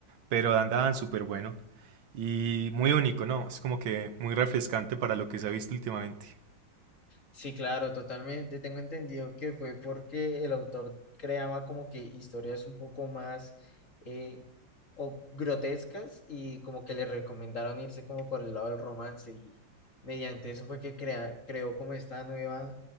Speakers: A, on the right; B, on the left.
A: pero andaban súper bueno y muy único, ¿no? Es como que muy refrescante para lo que se ha visto últimamente.
B: Sí, claro, totalmente. Tengo entendido que fue porque el autor creaba como que historias un poco más eh, o grotescas y como que le recomendaron irse como por el lado del romance y mediante eso fue que crea- creó como esta nueva